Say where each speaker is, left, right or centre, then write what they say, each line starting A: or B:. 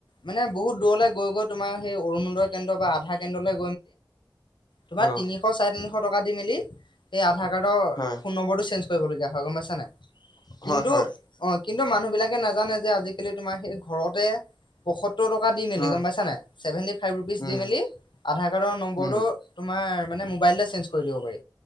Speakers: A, on the left (about 80°); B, on the left (about 60°).
A: মানে বহুত দূৰল গৈ-গৈ তোমাৰ, সেই অৰুণোদয় কেন্দ্ৰ বা আধাৰ কেন্দ্ৰলৈ তোমাৰ
B: অ
A: তিনিশ, চাৰে তিনিশ টকা দি-মেলি, সেই আধাৰ কাৰ্ডৰ,
B: হয়
A: ফোন নম্বৰটো চেঞ্জ কৰিবলগীয়া হয়। গম পাইছা নাই?
B: হয়
A: কিন্তু,
B: হয়
A: অ'! কিন্তু, মানুহ বিলাকে নাজানে যে, আজিকালি তোমাৰ সেই ঘৰতে পয়সত্তৰ টকা দি মেলি,
B: হয়
A: গম পাইছ নাই? ছেভেণ্টি ফাইভ ৰুপিছ
B: উম
A: দি-মেলি আধাৰ কাৰ্ডৰ নম্বৰটো,
B: উম
A: তোমাৰ মানে, মোবাইলটোৱে চেঞ্জ কৰি দিব পাৰি,